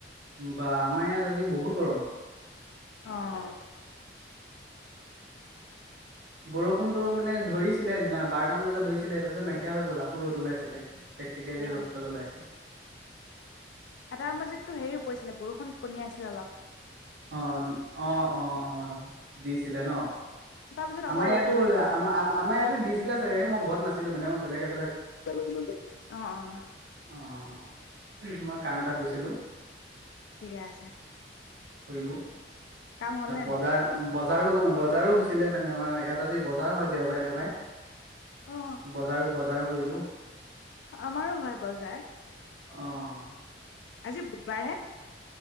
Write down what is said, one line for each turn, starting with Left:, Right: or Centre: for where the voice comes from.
Right: বা আমাৰ ইয়াত আজি বহুত গৰম।
Left: অঁঅ।
Right: বৰষুণতটো মানে ধৰিছে। ছিলে বাৰাটামান বজাত ধৰিছিলে তাৰ পিছত নকিয় হৈ গল আকৌ ৰদ ওলাইছে তাই। টে টেকীয়াকে
Left: অ'।
Right: ৰদ পাল ওলাইছে।
Left: এটাৰ মাজিততটো হেৰিও পৰিছিলে বৰষুণ কণী আছিল। অলপ অলপ
Right: অঁ, অঁ, অঁ, অঁ দিছিলে ন।
Left: তাৰপিছত আকৌ
Right: আমাৰ
Left: ৰ'দ
Right: ইয়াতো
Left: দি যায় বাৰু
Right: আ-আমাৰ ইয়াতো দিছিলে চাগে মই ঘৰত নাছিলো মেডেম। বেলেগে
Left: ছিল অঁ, অঁ।
Right: অঁ মই কাম এটাত গৈছিলো।
Left: ঠিকে আছে।
Right: কৰিলোঁ।
Left: কাম হ'ল নে
Right: বজাৰ
Left: নাই
Right: বজাৰো-বজাৰো হৈছিলে। মানে আমাৰ ইয়াত আজি বজাৰ হয় দেওবাৰে, দেওবাৰে।
Left: অ
Right: বজাৰো-বজাৰো, কইলো।
Left: আমাৰো হয় বজাৰ।
Right: অহ ',
Left: আজি বুধবাৰহে।